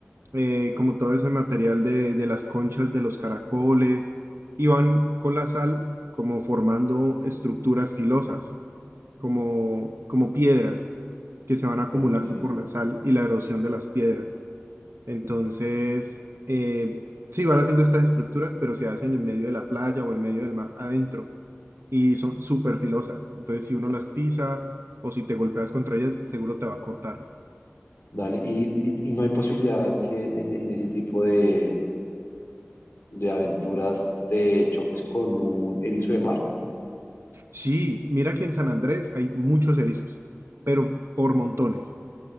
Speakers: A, on the right (about 70°); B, on the left (about 60°).
A: eh, como todo ese material de, de las conchas de los caracoles, y van con la sal como formando estructuras filosas, como, como piedras que se van acumulando
B: Ok,
A: por la sal y la erosión de las piedras. Entonces, eh, sí, van haciendo estas estructuras, pero se hacen en medio de la playa o en medio del mar adentro y son súper filosas. Entonces, si uno las pisa o si te golpeas contra ellas, seguro te va a cortar.
B: dale. Y, y, y no hay posibilidad que en, en ese tipo de, de aventuras, te choques con un erizo de mar.
A: Sí, mira que en San Andrés hay muchos erizos, pero por montones.